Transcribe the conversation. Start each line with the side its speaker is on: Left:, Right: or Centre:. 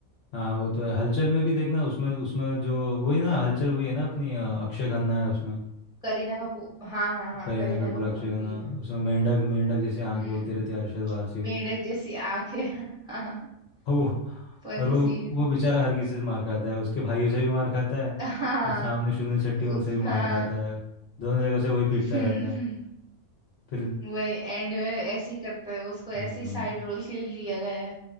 Left: हाँ वो तो है हलचल में भी देखना उसमें उसमें जो वही ना हलचल वही है ना अपनी अ, अक्षय खन्ना है उसमें
Centre: करीना कपूर हाँ हाँ हाँ
Left: करीना
Centre: करीना
Left: कपूर
Centre: कपूर
Left: अक्षय खन्ना
Centre: भी है
Left: उसमें मेंढक मेंढक जैसी आंख
Centre: हम्म
Left: बोलते रहते हैं अरशद वारसी को
Centre: मेंढक जैसी आंखें <laughs> हाँ
Left: और वो
Centre: Funny
Left: और वो
Centre: scene
Left: वो बेचारा हर किसी से मार खाता है उसके भाइयों से भी मार खाता है
Centre: हाँ
Left: वो सामने सुनील शेट्टी उनसे
Centre: उस
Left: भी मार
Centre: हाँ
Left: खाता है दोनों जगह से वही
Centre: हम्म
Left: पीटता रहता है
Centre: हम्म,
Left: फिर
Centre: वही एंड में ऐसे ही करता है उसको ऐसी
Left: हम्म
Centre: साइड रोल के लिए लिया गया